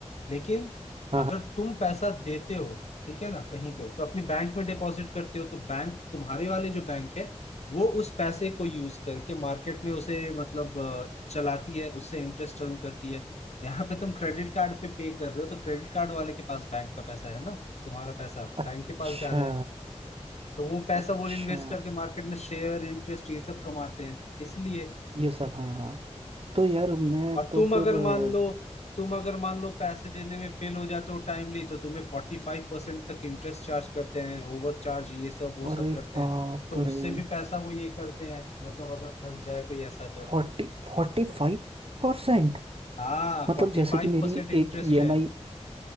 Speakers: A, on the left (about 70°); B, on the right (about 55°).
A: लेकिन
B: हाँ
A: अगर
B: हाँ।
A: तुम पैसा देते हो ठीक है ना कहीं पे तो अपनी बैंक में डिपॉजिट करते हो तो बैंक तुम्हारे वाले जो बैंक है वो उस पैसे को यूज करके मार्केट में उसे मतलब अ, चलाती है उससे इंटरेस्ट अर्न करती है यहाँ पे तुम क्रेडिट कार्ड पे पे कर रहे हो तो क्रेडिट कार्ड वाले के पास बैंक का पैसा है ना तुम्हारा पैसा
B: अच्छा
A: बैंक के पास जा रहा है तो वो पैसा
B: अच्छा
A: वो इन्वेस्ट करके मार्केट में शेयर इंटरेस्ट ये सब कमाते हैं इसलिए
B: ये सब हाँ हाँ तो यार मैं
A: और
B: तो
A: तुम
B: फिर
A: अगर
B: अ,
A: मान लो तुम अगर मान लो पैसे देने में फेल हो जाते हो टाइमली तो तुम्हें फोर्टी फाइव परसेंट तक इंटरेस्ट चार्ज करते हैं ओवर चार्ज ये सब वो
B: अरे
A: सब करते
B: बाप
A: हैं तो उससे
B: रे
A: भी पैसा वो ये करते हैं मतलब अगर फंस जाए कोई ऐसा तो
B: फोर्टी फोर्टी फाइव परसेंट
A: हाँ
B: मतलब
A: फोर्टी
B: जैसे
A: फाइव
B: कि मेरी
A: परसेंट इंटरेस्ट
B: एक ईएमआई
A: है